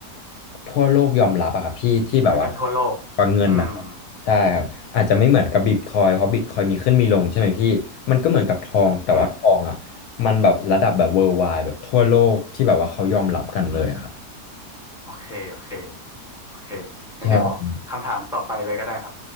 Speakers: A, on the left; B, in the centre.
A: ทั่วโลกยอมรับอะครับพี่ที่แบบว่า
B: ใช้กันทั่วโลก
A: ว่าเงินนะครับใช่ครับอาจจะไม่เหมือนกับบิตคอยเพราะบิตคอยมีขึ้นมีลงใช่ไหมพี่มันก็เหมือนกับทองแต่ว่าทองอ่ะ
B: อืมอืม
A: มันแบบระดับแบบ worldwide แบบทั่วโลกที่แบบว่าเขายอมรับกันเลยอะครับ
B: โอเคโอเคโอเคงั้นเดี๋ยวคำถามต่อไปเลยก็ได้ครับ
A: ใช่